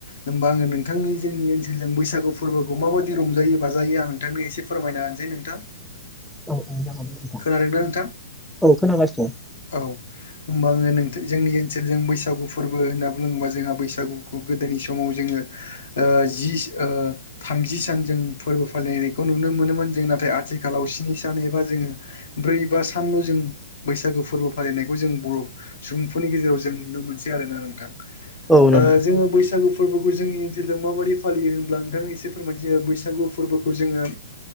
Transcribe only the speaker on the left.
होमबा आङो नोंथांनि जोंनि ओनसोलजों बैसागु फोरबोखौ माबायदि रंजायो बाजायो आं नोंथांनो एसे फोरमायना होनसै नोंथां
खोनादों ना?
औ होमबा आङो नोंथो जोंनि ओनसोलजों बैसागु फोरबो होनना बुङोबा जोंहा बैसागुखौ गोदोनि समाव जोङो ओ जिस ओ थामजि सान जों फोरबो फालिनायखौ नुनो मोनोमोन जों नाथाय आथिखालाव स्नि सान एबा जोङो ब्रै बा सानल' जों बैसागो फोरबो फालिनायखौ जों बर' सुबुंफोरनि गेजेराव जों नुनो मोनसै आरोना नोंथां ओ
जोङो बैसागुफ फोरबोखौ जोंनि ओनसोलजों माबादि फालियो होनब्ला नोंथांआ एसे फोरमायथियो बैसागु फोरबोखौ जोङो